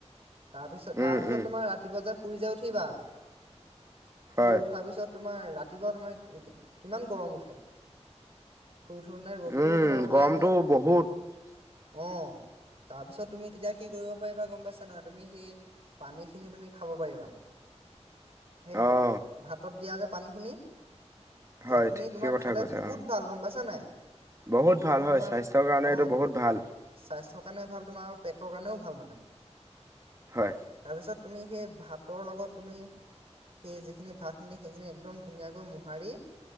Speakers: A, on the right; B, on the right.
A: তাৰপিছত তাৰপিছত
B: উম, উম,
A: তোমাৰ ৰাতিপুৱা যে শুই যে উঠিবা। শুই
B: হয়।
A: উঠাৰ পিছত তোমাৰ ৰাতি। উঠিবা তোমাৰ কিমান গৰম উঠে শুই উঠোতে ৰ'দটোও
B: উম,
A: তোমাৰ ওলাই
B: গৰমটো
A: আহে
B: বহুত।
A: অ তাৰপিছত তুমি তেতিয়া কি কৰিব পাৰিবা গম পাইছা না, তুমি সেই পানী খিনি তুমি খাব পাৰিবা। সেই
B: অ',
A: ভাতত দিয়া যে পানীখিনি সেইখিনি
B: হয় ঠিকেই
A: তোমাৰ
B: কথা
A: খালে
B: কৈছা
A: বহুত
B: অ'।
A: ভাল গম পাইছা নাই?
B: বহুত ভাল
A: এইখিনি
B: হয়
A: তোমাৰ,
B: স্বাস্থ্যৰ কাৰণে এইটো
A: অ
B: বহুত ভাল
A: স্বাস্থ্যৰ কাৰণে ভাল তোমাৰ পেটৰ কাৰণেও ভাল মানে
B: হয়।
A: তাৰপিছত তুমি সেই ভাতৰ লগত তুমি সেই যিখিনি ভাত খিনি সেইখিনি একদম ধুনীয়াকৈ মো হাৰি,